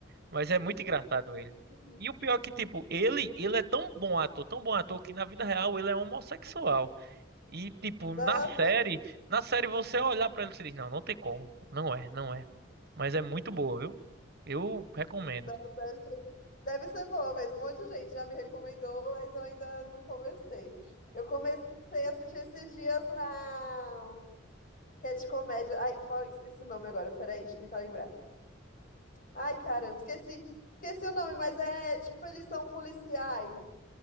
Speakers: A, on the right; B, on the left.
A: Mas é muito engraçado ele.
B: Uhum.
A: E o pior é que, tipo, ele, ele é tão bom ator, tão bom ator, que na vida real ele é homossexual. E, tipo,
B: Nossa,
A: na série, na série você olhar pra ele e você diz, não, não tem como. Não é, não é. Mas é muito boa, viu? Eu recomendo.
B: Nossa, deve ser deve ser boa mesmo. Um monte de gente já me recomendou, mas eu ainda não comecei. Eu comecei a assistir esses dias a que é de comédia. Ai, qual esqueci o nome agora? Peraí, deixa eu tentar lembrar. Ai, caramba, esqueci. Esqueci o nome, mas é tipo, eles são policiais.